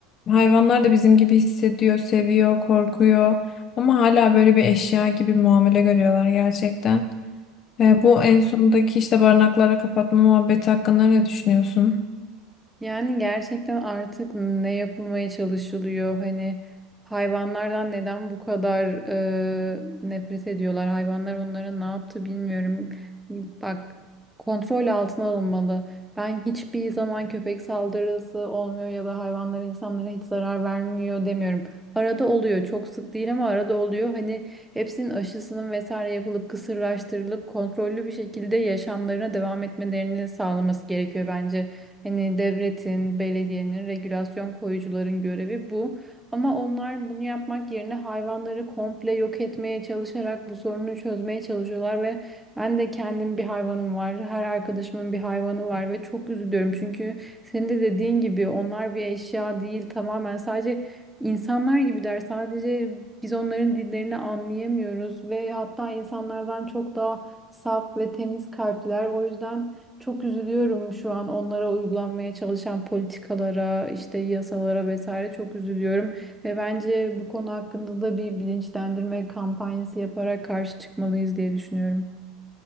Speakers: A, on the left; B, in the centre.
A: Hayvanlar da bizim gibi hissediyor, seviyor, korkuyor ama hala böyle bir eşya gibi muamele görüyorlar gerçekten. E, bu en sondaki işte barınaklara kapatma muhabbeti hakkında ne düşünüyorsun?
B: Yani gerçekten artık ne yapılmaya çalışılıyor? Hani hayvanlardan neden bu kadar e, nefret ediyorlar? Hayvanlar onlara ne yaptı bilmiyorum. Bak kontrol altına alınmalı. Ben hiçbir zaman köpek saldırısı olmuyor ya da hayvanlara insanlara hiç zarar vermiyor demiyorum. Arada oluyor. Çok sık değil ama arada oluyor. Hani hepsinin aşısının vesaire yapılıp kısırlaştırılıp kontrollü bir şekilde yaşamlarına devam etmelerini sağlaması gerekiyor bence. Hani devletin, belediyenin, regülasyon koyucuların görevi bu. Ama onlar bunu yapmak yerine hayvanları komple yok etmeye çalışarak bu sorunu çözmeye çalışıyorlar ve ben de kendim bir hayvanım var. Her arkadaşımın bir hayvanı var ve çok üzülüyorum. Çünkü senin de dediğin gibi onlar bir eşya değil tamamen sadece insanlar gibiler. Sadece biz onların dillerini anlayamıyoruz ve hatta insanlardan çok daha saf ve temiz kalpliler. O yüzden çok üzülüyorum şu an onlara uygulanmaya çalışan politikalara, işte yasalara vesaire çok üzülüyorum. Ve bence bu konu hakkında da bir bilinçlendirme kampanyası yaparak karşı çıkmalıyız diye düşünüyorum.